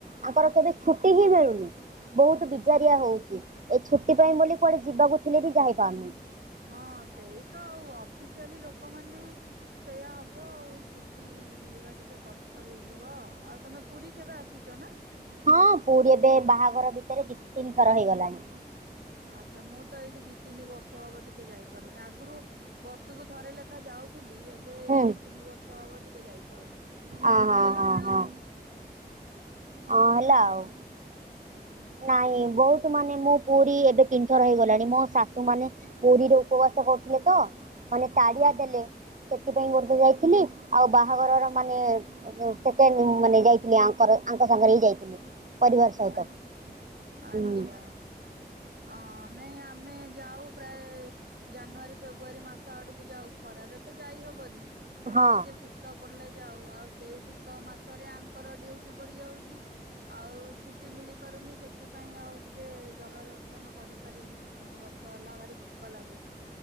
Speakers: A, on the right (about 50°); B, on the right (about 65°).
A: ତାଙ୍କର କେବେ ଛୁଟି ହିଁ ମିଳୁନି। ବହୁତ
B: ହୁଁ।
A: ବିଜାରିଆ ହଉଛି ଏ ଛୁଟି ପାଇଁ ବୋଲି କୁଆଡେ ଯିବାକୁ ଥିଲେ ବି ଯାଇ ପାରୁନି।
B: ହଁ, ସେଇ ତ ଆଉ ଅଫିସିଆଲି ଲୋକମାନେ ସେଇୟା ହବ ଆଉ ଛୁଟି ମିଳିବା ଟିକେ କଷ୍ଟ ହେଇଯିବ ଆଉ ତମେ ପୁରୀ କେବେ ଆସିଛ ନା?
A: ହଁ ପୁରୀ ଏବେ ବାହାଘର ଭିତରେ ଦି ତିନି ଥର ହେଇଗଲାଣି।
B: ଆଛା ମୁଁ ତ ଏଇଠି ଦି ତିନି ବର୍ଷ ହବ ଟିକେ ଯାଇପାରୁନି ଆଗରୁ ବର୍ଷକୁ ଥରେ ଲେଖା ଯାଉଥିଲି ଏବେ ଏଇ
A: ହୁଁ
B: ଦି ତିନି ବର୍ଷ ହବ ଟିକେ ଯାଇପାରୁନି।
A: ହଁ
B: ଛୁଟି
A: ହଁ
B: ହେଲା
A: ହଁ
B: ମିଳୁନି।
A: ହଁ ହଁ, ହେଲା ଆଉ।
B: ହୁଁ।
A: ନାଇଁ ବହୁତ ମାନେ ମୁଁ ପୁରୀ ଏବେ ତିନି ଥର ହେଇଗଲାଣି ମୋ ଶାଶୁ ମାନେ ପୁରୀରେ ଉପବାସ କରୁଥିଲେ ତ ମାନେ ତାଡିଆ
B: ଓହୋ
A: ଦେଲେ ସେଥିପାଇଁ ଗୋଟ ଥର ଯାଇଥିଲି ଆଉ ବାହାଘରର ମାନେ ସେକଣ୍ଡ ମାନେ ଯାଇଥିଲି ଆଙ୍କର ଆଙ୍କ ସାଙ୍ଗରେ ବି ଯାଇଥିଲି ପରିବାର ସହିତ
B: ଆଚ୍ଛା। ଆଚ୍ଛା
A: ହୁଁ।
B: ହଁ ନାଇଁ ଆମେ ଯାଉ ପ୍ରାୟ ଜାନୁଆରୀ, ଫେବୃୁଆାରୀ ମାସ ଆଡକୁ ଯାଉ ଖରାରେ ତ ଯାଇ ହବନି। ସେ
A: ହଁ।
B: ଟିକେ ଶୀତ ପଡିଲେ ଯାଉ ଆଉ ସେଇ ଶୀତ ଶୀତ ମାସରେ ଆଙ୍କର ଡ୍ୟଉଟି ପଡିଯାଉଛି ଆଉ ଛୁଟି ମିଳି ପାରୁନି ସେଥିପାଇଁ ଆଉ ଟିକେ ଜଗା ଦର୍ଶନ କରିପାରିନି ଦି ତିନି ବର୍ଷ ହେଲା ଭାରି ଦୁଃଖ ଦୁଃଖ ଲାଗୁଛି।